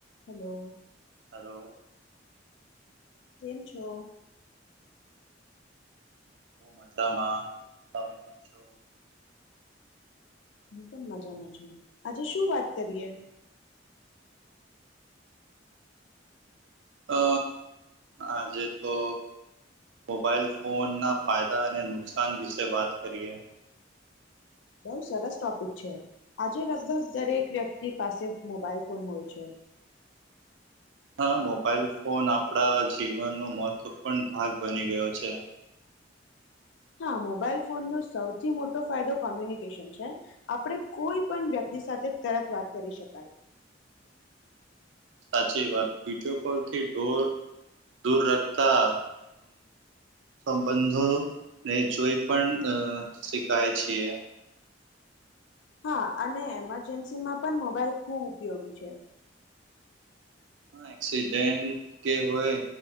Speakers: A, on the left; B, on the right.
A: Hello
B: hello
A: કેમ છો
B: બ મજામાં તમેમ છો
A: હું પણ મજામાં છું આજે શું વાત કરીએ
B: અ આજે તો મોબાઈલ ફોન ના ફાયદા અને નુકસાન વિશે વાત કરીએ
A: બહુ સરસ ટોપિક છે આજે લગભગ દરેક વ્યક્તિ પાસે મોબાઈલ ફોન હોય છે
B: હા મોબાઈલ ફોન આપણા જીવનનો મહત્વપૂર્ણ ભાગ બની ગયો છે
A: હા મોબાઈલ ફોનનો સૌથી મોટો ફાયદો કોમ્યુનિકેશન છે આપણે કોઈ પણ વ્યક્તિ સાથે તરત વાત કરી શકાય
B: સાચી વાત વિડીયો કોલથીોર દૂર રખતા સંબંધોને જોઈ પણ શીખાય છેીએ
A: હા અને એમરજન્સીમાં પણ મોબાઈલ ખૂબ ઉપયોગી છે
B: હ એક્સિડેન્ટ કે હોય